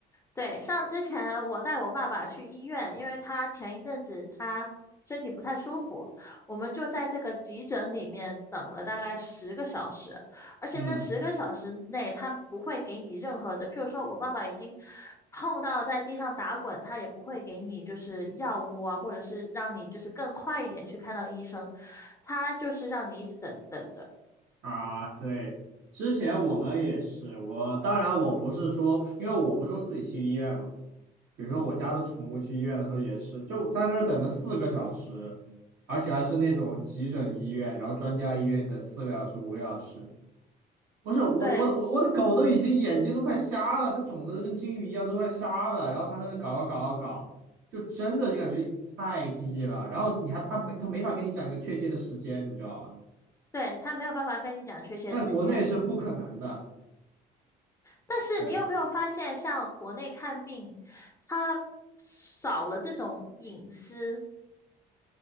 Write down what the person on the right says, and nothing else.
嗯
啊，对，之前我们也是，我当然我不是说，因为我不是说自己去医院嘛，比如说我家的宠物去医院的时候也是，就在那儿等了四个小时，而且还是那种急诊医院，然后专家医院等四个小时、五个小时，不是我，
我的我我的狗都已经眼睛都快瞎了，它肿的跟金鱼一样，都快瞎了。然后它在那搞搞搞搞搞，就真的就感觉太低了。然后你还它没它没法跟你讲一个确切的时间，你知道吧？
在国内是不可能的，
对，